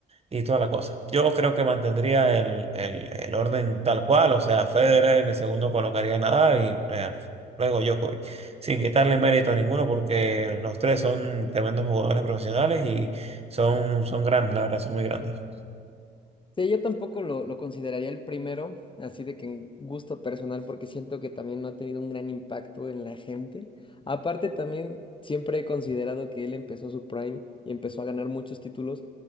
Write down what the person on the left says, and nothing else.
Sí, yo tampoco lo, lo consideraría el primero, así de que en gusto personal, porque siento que también no ha tenido un gran impacto en la gente. Aparte, también siempre he considerado que él empezó su prime y empezó a ganar muchos títulos